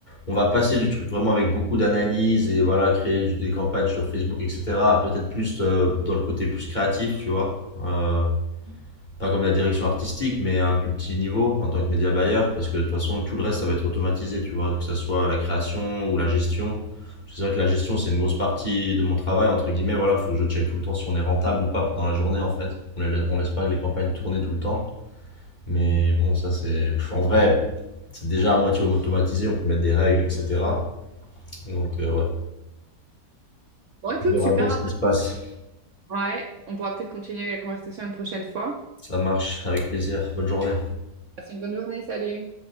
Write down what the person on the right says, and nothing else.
Mhm.
Bon, écoute,
super.
Ouais, on pourra peut-être continuer la conversation une prochaine fois.
Passe une bonne journée, salut.